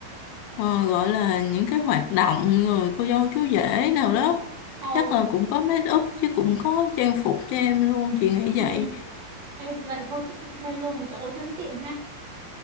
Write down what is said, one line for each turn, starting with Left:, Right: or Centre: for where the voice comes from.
Left: ờ, gọi là những cái hoạt động rồi cô dâu chú rể nào đó
Right: ờ,
Left: chắc là cũng có make up chứ cũng có trang phục cho em luôn chị nghĩ
Right: ừ
Left: vậy
Right: Ê, vậy thôi chắc cũng thuê luôn một chỗ cho nó tiện ha